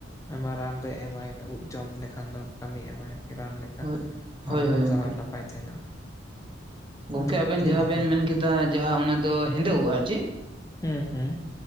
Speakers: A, on the left; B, on the right.
A: ᱟᱭᱢᱟ ᱨᱟᱱ ᱨᱮ ᱮᱢᱟᱭ ᱩᱵ ᱡᱚᱢ ᱞᱮᱠᱷᱟᱱ ᱫᱚ ᱠᱟᱹᱢᱤᱭ ᱮᱢᱟᱭ ᱟᱨᱠᱤ ᱨᱟᱱ ᱞᱮᱠᱟ
B: ᱦᱳᱭ
A: ᱦᱚᱲᱢᱚ
B: ᱦᱳᱭ ᱦᱳᱭ
A: ᱥᱟᱶᱟᱦᱟᱨ
B: ᱜᱚᱝᱠᱮ
A: ᱱᱟᱯᱟᱭ ᱛᱟᱦᱮᱱᱟ᱾
B: ᱜᱚᱝᱠᱮ
A: ᱟᱫᱚ
B: ᱟᱵᱮᱱ
A: ᱟᱹᱰᱤ
B: ᱡᱟᱦᱟᱸ
A: ᱱᱟᱯᱟᱭ
B: ᱵᱮᱮᱱ ᱢᱮᱱᱠᱟ ᱡᱟᱦᱟᱸ ᱚᱱᱟ ᱫᱚ ᱦᱮᱸᱫᱮᱚᱜᱼᱟ ᱪᱮᱫ
A: ᱦᱩᱸ ᱦᱩᱸ